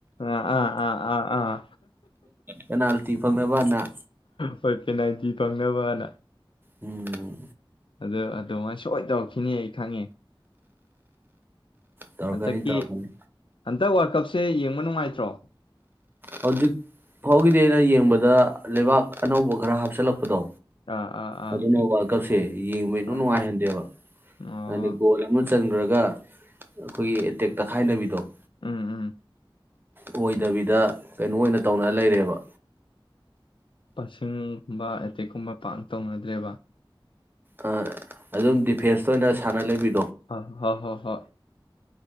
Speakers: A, on the left (about 70°); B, on the right (about 25°).
A: ꯑ ꯑꯥ ꯑꯥ ꯑꯥ ꯑꯥ
B: ꯄꯦꯅꯥꯜꯇꯤ ꯐꯪꯅꯕꯅ
A: ꯍꯣꯏ ꯄꯦꯅꯥꯜꯇꯤ ꯐꯪꯅꯕꯅ
B: ꯎꯝ
A: ꯑꯗꯨ ꯑꯗꯨꯃꯥꯏꯅ ꯁꯣꯏ ꯇꯧꯔꯛꯈꯤꯅꯤ ꯑꯩ ꯈꯪꯉꯦ
B: ꯇꯧꯔꯛꯀꯅꯤ
A: ꯍꯟꯗꯛꯀꯤ
B: ꯇꯧꯔꯛꯀꯅꯤ
A: ꯍꯟꯇꯛ ꯋꯥꯔꯜ ꯀꯞꯁꯦ ꯌꯦꯡꯕ ꯅꯨꯡꯉꯥꯏꯇ꯭ꯔꯣ
B: ꯍꯧꯖꯤꯛ ꯐꯥꯎꯒꯤꯗꯤ ꯑꯩꯅ ꯌꯦꯡꯕꯗ ꯂꯩꯕꯥꯛ ꯑꯅꯧꯕ ꯈꯔ ꯍꯥꯞꯆꯜꯂꯛꯄꯗꯣ
A: ꯑꯥ ꯑꯥ
B: ꯑꯗꯨꯅ ꯋꯥꯔꯜ ꯀꯞꯁꯦ ꯌꯦꯡꯕ ꯏꯅꯨꯡ
A: ꯑꯥ ꯑꯥ
B: ꯅꯨꯡꯉꯥꯏꯍꯟꯗꯦꯕ
A: ꯑꯣ
B: ꯍꯥꯏꯗꯤ ꯒꯣꯜ ꯑꯃ ꯆꯟ ꯆꯟꯒꯔꯒ ꯑꯩꯈꯣꯏꯒꯤ ꯑꯦꯇꯦꯛ ꯇꯛꯈꯥꯏꯅꯕꯤꯗꯣ <inaudible>
A: ꯎꯝ ꯎꯝ
B: ꯑꯣꯏꯗꯕꯤꯗ ꯀꯩꯅꯣ ꯑꯣꯏꯅ ꯇꯧꯅ ꯂꯩꯔꯦꯕ
A: ꯄꯥꯁꯤꯡꯒꯨꯝꯕ ꯑꯦꯇꯦꯛꯀꯨꯝꯕ ꯄꯥꯛꯅ ꯇꯧꯅꯗ꯭ꯔꯦꯕ
B: ꯑꯥ ꯑꯗꯨꯝ ꯗꯤꯐꯦꯟꯁꯇ ꯑꯣꯏꯅ ꯁꯥꯟꯅ ꯂꯩꯕꯤ
A: ꯑ ꯍ ꯍ ꯍ